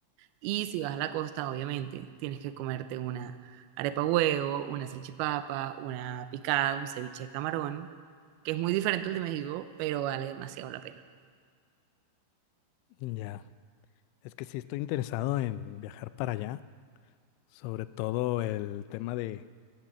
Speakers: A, on the right; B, on the left.
A: Y si vas a la costa, obviamente, tienes que comerte una arepa huevo, una salchipapa, una picada, un ceviche de camarón, que es muy diferente al de México, pero vale demasiado la pena.
B: Ya. Es que sí estoy interesado en viajar para allá, sobre todo el tema de